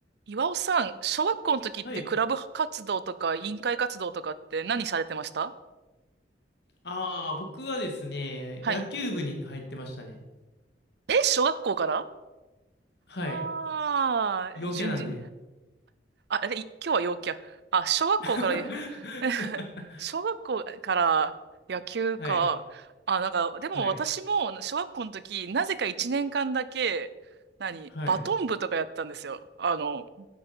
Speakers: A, on the right; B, on the left.
A: 岩尾さん、小学校の時ってクラブ活動とか委員会活動とかって何されてました
B: はい。ああ、僕はですね、
A: はい。
B: 野球部に入ってましたね。
A: え、小学校から
B: はい。
A: ああー、
B: 陽キャなんで。
A: 順次。あ、あれ、い今日は陽キャ。あ、小学校から、
B: <laughs>
A: <laughs> 小学校から野球か。
B: はい。
A: あ、なんか、でも私も小学校の時、
B: はい。
A: なぜか1年間だけ、何、
B: はい。
A: バトン部とかやってたんですよ。あの、